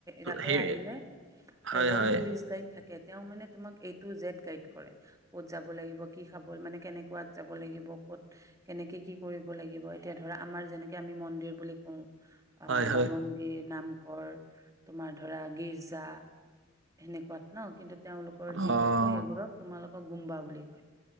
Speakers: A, on the right (about 15°); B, on the right (about 65°).
A: তাতে
B: সেই
A: আহিলে
B: হয়
A: এজন
B: হয়
A: টুৰিষ্ট গাইড থা কে তেওঁ মানে তোমাক এই এ টু জেট গাইড কৰে। ক'ত যাব লাগিব কি খাব, মানে কেনেকুৱাত যাব লাগিব, ক'ত কেনেকে কি কৰিব লাগিব এতিয়া ধৰা আমাৰ যেনেকে আমি মন্দিৰ বুলি কওঁ। অ',
B: হয় হয়
A: বা মন্দিৰ নাম তোমাৰ ধৰা গিৰ্জা সেনেকুৱাত ন, কিন্তু তেওঁলোকৰ
B: অ'
A: যিবোৰ কয়, সেইবোৰক তোমালোক গুম্বা বুলি কয়।